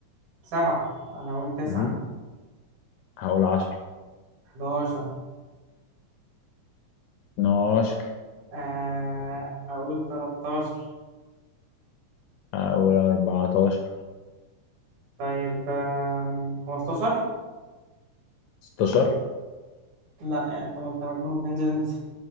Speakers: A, on the right; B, on the left.
A: سبعة انا اقول تسعة
B: مهم. هقول 10
A: 11
B: 12
A: آه اقول 13
B: او 14
A: طيب آم، 15
B: 16
A: لا يعني انت انت مجنون انزل انت